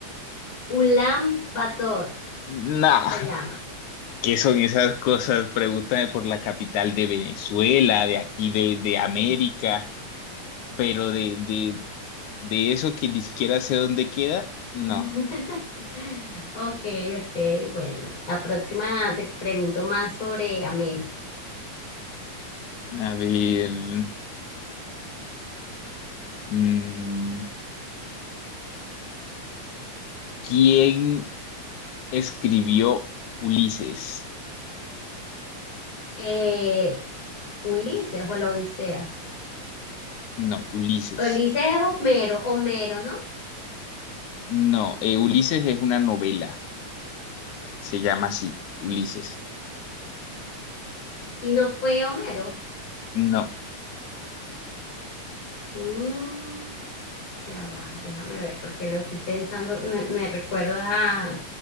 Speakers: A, on the left (about 55°); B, on the left (about 75°).
A: Ulan Bator
B: No.
A: se llama.
B: ¿Qué son esas cosas? Pregúntame por la capital de Venezuela, de aquí de,
A: <laughs>
B: de América, pero de, de, de eso que ni siquiera sé dónde queda, no.
A: <laughs> Ok, ok, bueno, la próxima te pregunto más sobre América.
B: A ver, mm, ¿quién escribió Ulises?
A: Eh, Ulises o la Odisea.
B: No, Ulises.
A: Ulises es Homero, Homero, ¿no?
B: No, eh, Ulises es una novela, se llama así, Ulises.
A: Y no fue Homero.
B: No,
A: Mm, ya va, déjame ver, porque lo estoy pensando, me, me recuerda, a-